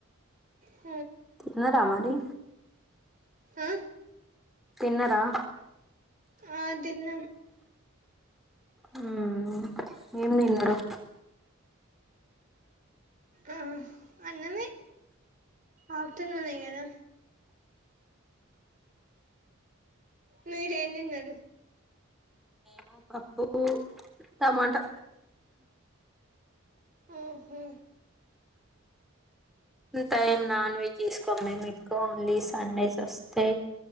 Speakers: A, on the right; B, in the centre.
A: సుసూ.
B: తిన్నరా మరి
A: ఆ
B: తిన్నరా.
A: ఆ తిన్నం.
B: హ్మ్ ఏం తిన్నారు.
A: ఆహ అన్నమే ఆఫ్టర్నూన్ ఎ కదా. మీరేం తిన్నారు.
B: ఆ పప్పు. టమాటా
A: ఓహో.
B: ఉంటాయి నాన్ వె తీసుకోం మేము ఎక్కువ ఓన్లీ సండేస్ వస్తే